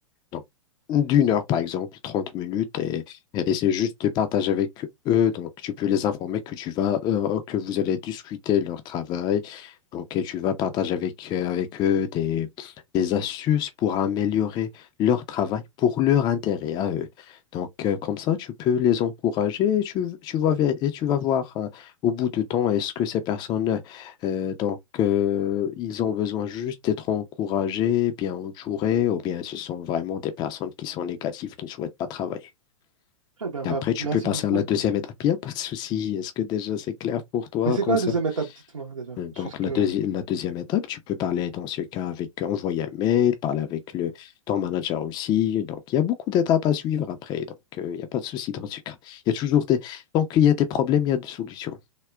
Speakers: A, on the left; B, on the right.
A: Donc, d'une heure, par exemple, 30 minutes, et, et c'est juste de partager avec eux. Donc, tu peux les informer que tu vas, euh, que vous allez discuter leur travail. Donc, et tu vas partager avec, euh, avec eux des, des astuces pour améliorer leur travail pour leur intérêt à eux. Donc, euh, comme ça, tu peux les encourager et tu, tu vas, ver- et tu vas voir euh, au bout du temps, est-ce que ces personnes euh, donc, euh, ils ont besoin juste d'être encouragés, bien entourés, ou bien ce sont vraiment des personnes qui sont négatives, qui ne souhaitent pas travailler.
B: Très bien,
A: Et
B: bah,
A: après, tu
B: merci
A: peux passer
B: beaucoup.
A: à la deuxième étape, il n'y a pas de souci. Est-ce que déjà c'est clair pour toi
B: Mais c'est
A: concernant
B: quoi la deuxième étape? Dites-moi déjà.
A: euh, Donc,
B: Je suis curieux.
A: la, deuxi- la deuxième étape, tu peux parler dans ce cas avec, euh, envoyer un mail, parler avec le, ton manager aussi. Donc, il y a beaucoup d'étapes à suivre après. Donc, euh, il n'y a pas de souci dans ce cas. Il y a toujours des... Tant qu'il y a des problèmes, il y a des solutions.